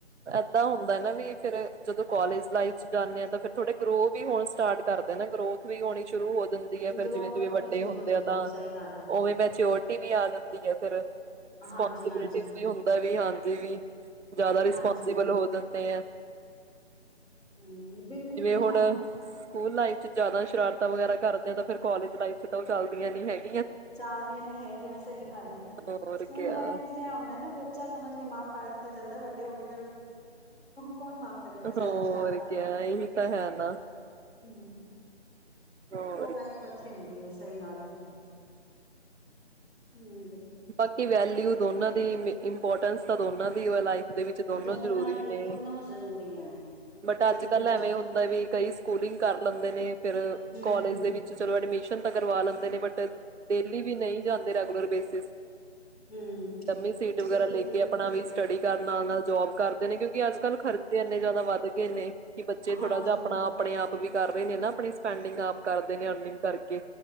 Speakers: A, on the right (about 80°); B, in the centre.
A: ਏਦਾਂ ਹੁੰਦਾ ਨਾ ਵੀ ਫੇਰ ਜਦੋਂ ਕਾਲਜ ਲਾਈਫ ਚ ਜਾਂਦੇ ਹਾਂ ਫੇਰ ਥੋੜੇ। ਗਰੋ ਵੀ ਹੁਣ ਸਟਾਰਟ ਕਰਦੇ ਨੇ ਗਰੋਥ ਵੀ ਹੋਣੀ ਸ਼ੁਰੂ ਹੋ। ਜਾਂਦੀ ਜਿਵੇ
B: ਗਰੋਥ
A: ਜਿਵੇ
B: ਹੋਣੀ
A: ਵੱਡੇ
B: ਸ਼ੁਰੂ
A: ਹੁੰਦੇ
B: ਹੋ ਜਾਂਦੀ
A: ਆ ਤਾਂ
B: ਹੈ ਸਹੀ ਗੱਲ ਹੈ
A: ਉਵੇ ਮਚੋਰਟੀ ਵੀ ਆ ਜਾਂਦੀ ਆ ਫਿਰ ਰਿਸਪੋਸਬਲਟੀ
B: ਹਾਂਜੀ ਹਾਂਜੀ
A: ਵੀ ਹੁੰਦਾ ਵੀ ਹਾਂਜੀ ਜਿਆਦਾ ਰਿਸਪੋਂਸਿਬਲ
B: ਹਾਂਜੀ
A: ਹੋ ਜਾਂਦੇ ਹੈ
B: ਹੂੰ, ਬਿਲਕੁਲ
A: ਜਿਵੇਂ
B: ਜੀ ਸਾਨੂੰ
A: ਹੁਣ ਸਕੂਲ ਲਾਈਫ ਚ ਜ਼ਿਆਦਾ ਸ਼ਰਾਰਤਾਂ ਵਗੈਰਾ। ਕਰਦੇ ਆਂ ਤਾਂ ਫਿਰ ਕੋਲਜ ਲਾਈਫ ਚ ਤਾਂ ਉਹ ਚਲਦੀਆਂ ਨੀ ਹੈਗੀਆ।
B: ਚਲਦੀਆਂ ਨੀਂ ਹੈਗੀਆ ਸਹੀ ਗੱਲ ਹੈ
A: ਹੋਰ
B: ਸਕੂਲ
A: ਕਿਆ
B: ਲਾਈਫ ਵਿੱਚ ਐ ਹੁੰਦਾ ਨਾ ਬੱਚਾ ਸਮਝ ਕੇ ਮਾਫ਼ ਕਰ। ਕੀਤਾ ਜਾਂਦਾ ਵੱਡੇ ਹੋ ਕੇ ਕੌਣ ਮਾਫ਼। ਕਰੇਗਾ
A: ਹੋਰ
B: ਸਾਡੀਆਂ ਸ਼ਰਾਰਤਾਂ ਨੂੰ
A: ਕਿਆ ਇਹੀ ਤਾਂ ਹੈ ਨਾ
B: ਹਮ <unintelligible>
A: ਹੋਰ
B: ਉਹ ਲਾਈਫ ਅੱਛੀ ਵਧੀਆ ਸਹੀ ਗੱਲ ਹੈ ਹਮ
A: ਬਾਕੀ ਵੈਲਊ ਦੋਨਾਂ ਦੀ ਇੰਪੋਰਟੈਂਸ ਤਾਂ ਦੋਨਾਂ ਦੀ ਲਾਈਫ ਦੇ ਵਿੱਚ ਦੋਨੋ
B: ਦੋਨਾਂ
A: ਜ਼ਰੂਰੀ
B: ਦੀ
A: ਨੇ
B: ਦੋਨੋ ਜ਼ਰੂਰੀ ਐ।
A: ਬਟ
B: ਜ਼ਰੂਰੀ
A: ਅੱਜ ਕੱਲ ਐਵੇਂ ਹੁੰਦਾ ਵੀ ਕਈ ਸਕੂਲਿੰਗ ਕਰ ਲੈਂਦੇ ਨੇ ਫਿਰ
B: ਹੂੰ,
A: ਕਾਲਜ ਦੇ ਵਿੱਚ ਚਲੋ ਐਡਮਿਸ਼ਨ ਕਰਵਾ ਲੈਂਦੇ ਨੇ ਬਟ ਡੇਲੀ ਵੀ ਨਹੀਂ ਜਾਂਦੇ ਰੈਗੂਲਰ ਬੇਸ
B: ਹੂੰ,
A: ਲੰਮੀ ਸੀਟ ਵਗੈਰਾ
B: ਬਿਲਕੁਲ
A: ਲੈ
B: ਬਿਲਕੁਲ
A: ਕੇ ਆਪਣਾ ਵੀ ਸਟਡੀ ਨਾਲ ਨਾਲ ਜੋਬ ਕਰਦੇ ਨੇ ਕਿਉਂਕਿ ਅੱਜ ਕੱਲ ਖਰਚੇ ਇੰਨੇ ਜ਼ਿਆਦਾ ਵੱਧ ਵੱਧ ਗਏ ਨੇ ਕਿ ਬੱਚੇ
B: ਹਾਂਜੀ।
A: ਥੋੜਾ ਜਿਹਾ ਆਪਣਾ ਆਪਣੇ ਆਪ ਵੀ ਕਰ ਰਹੇ ਨੇ ਨਾ ਆਪਣੀ ਸਪੈਂਡਿੰਗ ਆਪ ਕਰਦੇ ਨੇ ਅਰਨਿੰਗ ਕਰਕੇ